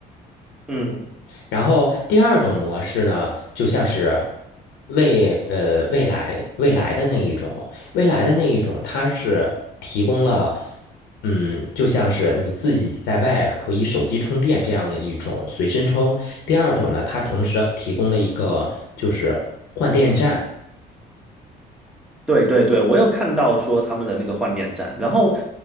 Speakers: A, in the centre; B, on the left.
A: 嗯。
B: 然后第二种模式呢，就像是未呃未来未来的那一种，未来的那一种，它是提供了嗯，就像是你自己在外可以手机充电这样的一种随身充。第二种呢，它同时提供了一个就是换电站。
A: 对对对，我有看到说他们的那个换电站，然后